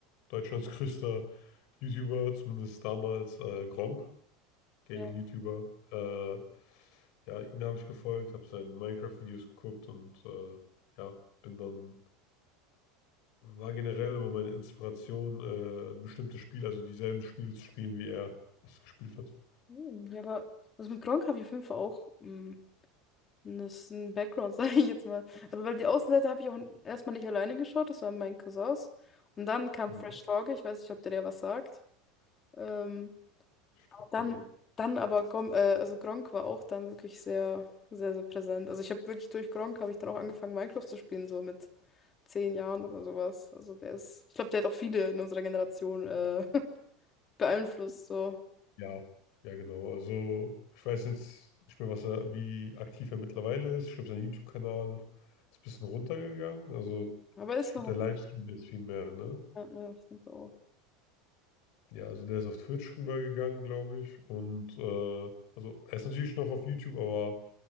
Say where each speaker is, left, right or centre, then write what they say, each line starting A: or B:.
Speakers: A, on the left; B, on the left.
A: Deutschlands größter YouTuber, zumindest damals, äh, Gronkh, Gaming-YouTuber.
B: ja,
A: Äh, ja, ihn habe ich gefolgt, habe seine Minecraft-Videos geguckt und äh, ja, bin dann, war generell immer meine Inspiration, äh, bestimmte Spiele, also dieselben Spiele zu spielen, wie er es gespielt hat.
B: Hm, ja aber also mit Gronkh habe ich auf jeden Fall auch. mm, Das ist ein Background, <laughs> sage ich jetzt mal. Also, weil die Außenseite habe ich auch erstmal nicht alleine geschaut, das waren meine Cousins. Und dann kam
A: Hm.
B: Fresh Torge, ich weiß nicht, ob der dir was sagt. Ähm,
A: Ich glaub,
B: dann,
A: nee.
B: dann aber, Gom, äh, also Gronkh war auch dann wirklich sehr, sehr, sehr präsent. Also, ich habe wirklich durch Gronkh habe ich dann auch angefangen, Minecraft zu spielen, so mit zehn Jahren oder sowas. Also, der ist, ich glaube, der hat auch viele in unserer Generation äh, <laughs> beeinflusst, so.
A: Ja, ja, genau. Also, ich weiß jetzt nicht mehr, was er, wie aktiv er mittlerweile ist. Ich glaube, sein YouTube-Kanal ist ein bisschen runtergegangen. Also,
B: Aber er
A: ich
B: ist
A: glaube,
B: noch,
A: der Livestream ist viel mehr, ne?
B: ja, ja, ich denke auch.
A: Ja, also der ist auf Twitch rübergegangen, glaube ich. Und äh, also er ist natürlich noch auf YouTube, aber